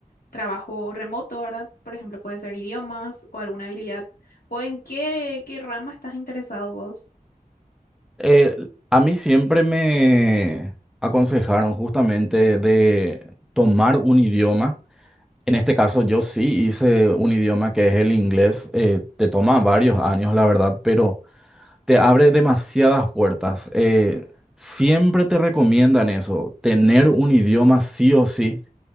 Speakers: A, on the left; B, in the centre.
A: trabajo remoto, ¿verdad? Por ejemplo, puede ser idiomas o alguna habilidad. ¿O en qué, qué rama estás interesado vos?
B: Eh, a mí siempre me aconsejaron justamente de tomar un idioma En este caso yo sí hice un idioma que es el inglés. eh, te toma varios años, la verdad, pero te abre demasiadas puertas. eh, siempre te recomiendan eso, tener un idioma sí o sí,